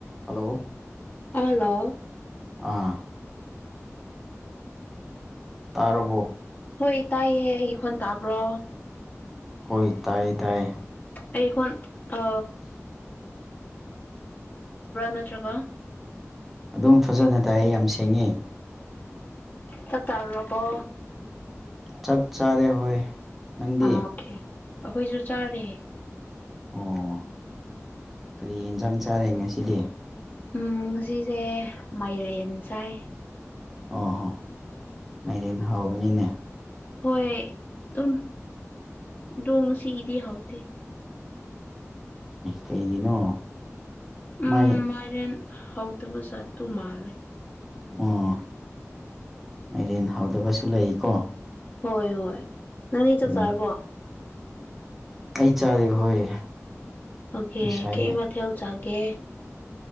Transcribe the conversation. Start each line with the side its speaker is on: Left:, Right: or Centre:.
Centre: hello
Left: hello
Centre: ꯑꯥ ꯇꯥꯔꯕꯨꯣ
Left: ꯍꯣꯏ ꯇꯥꯏꯌꯦ ꯑꯩ ꯑꯩꯈꯣꯟ ꯇꯥꯕ꯭ꯔꯣ
Centre: ꯍꯣꯏ ꯇꯥꯏꯦ ꯇꯥꯏꯌꯦ
Left: ꯑꯩꯈꯣꯟ ꯑ ꯅꯠꯇ꯭ꯔꯒ
Centre: ꯑꯗꯨꯝ ꯐꯖꯅ ꯇꯥꯏ ꯌꯥꯝ ꯁꯦꯡꯉꯤ
Left: ꯇꯇꯥꯔ ꯑꯕ
Centre: ꯆꯠ ꯆꯔꯦ ꯍꯣꯏ ꯅꯪꯗꯤ
Left: ꯑꯥ ꯑꯣꯀꯦ ꯑꯩꯈꯣꯏꯁꯨ ꯆꯥꯔꯦ
Centre: ꯑꯣ ꯀꯔꯤ ꯌꯦꯟꯁꯥꯡ ꯆꯥꯔꯦ ꯉꯁꯤꯗꯤ
Left: ꯎꯝ ꯁꯤꯁꯦ ꯃꯥꯏꯔꯦꯟ ꯆꯥꯏ
Centre: ꯑꯣ ꯍꯣ ꯃꯥꯏꯗꯤ ꯍꯧꯕꯅꯤꯅꯦ
Left: ꯍꯣꯏ ꯇ ꯗꯣꯝꯁꯤ ꯏꯗꯤ ꯍꯥꯎꯗ
Centre: ꯀꯩꯅꯣ
Left: ꯎꯝ
Centre: ꯃꯥꯏ
Left: ꯃꯥꯏꯔꯦꯟ ꯍꯥꯎꯗꯕ ꯖꯥꯠꯇꯨ ꯃꯥꯜꯂꯦ
Centre: ꯑꯣ ꯃꯔꯦꯟ ꯍꯧꯗꯕꯁꯨ ꯂꯩꯀꯣ
Left: ꯍꯣꯏ ꯍꯣꯏ ꯅꯪꯗꯤ ꯆꯥꯛ
Centre: ꯎꯝ
Left: ꯆꯥꯔꯕꯣ
Centre: ꯑꯩ ꯆꯥꯔꯦ ꯍꯣꯏ
Left: ꯑꯣꯀꯦ
Centre: ꯉꯁꯥꯏꯅꯦ
Left: ꯀꯩ ꯃꯊꯦꯜ ꯆꯥꯒꯦ